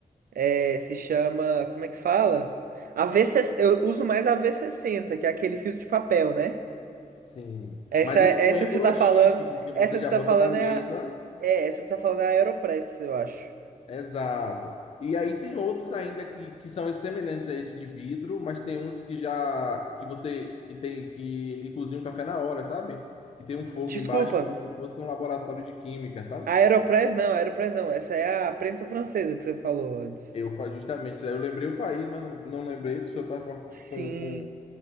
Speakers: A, on the right; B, on the left.
A: É, se chama. Como é que fala? AV60, eu uso mais a V sessenta que é aquele filtro de papel, né?
B: Sim,
A: Essa,
B: mas
A: essa
B: esse com êmbolo
A: que você tá
B: é
A: falando.
B: chique, porque você
A: Essa que
B: já
A: você tá
B: bota
A: falando
B: na mesa.
A: é a. É, essa que você tá falando é a Aeropress, eu acho.
B: Exato. E aí tem outros ainda que, que são semelhantes a esse de vidro, mas tem uns que já que você que tem que ele cozinha um café na hora, sabe? Que tem um fogo
A: Desculpa.
B: embaixo como se fosse um laboratório de química, sabe?
A: A Aeropress não, a Aeropress não. Essa é a prensa francesa que você falou antes.
B: Eu fa- justamente, eu lembrei o país, mas não, não lembrei, o senhor tá com, a-
A: Sim,
B: com, com